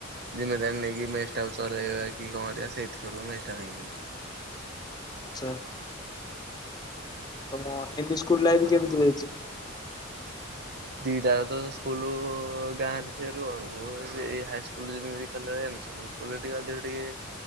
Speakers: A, on the right; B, on the left.
A: ଜିନ୍ମେଦାରି ନେଇ କିି ମେସଟା କୁ ଚଲେଇବା କି କଣ କରିବା ସେଇଥିରୁ ମେସଟା ଭାଙ୍ଗିଗଲା।
B: ଆଛା ତମ ଏମୀ ସ୍କୁଲ ଲାଇଫ୍ କେମିତି ହେଇଛି?
A: ଦିଟାହେଲେ ତ ସ୍କୁଲରୁ ଗାଁ ରେ ଥିବାରୁ ଆଉ ଏ ହାଇ ସ୍କୁଲ ଯେମିତି <unintelligible> ସ୍କୁଲ ରେ ଟିକେ ଅଧିକ ଟିକେ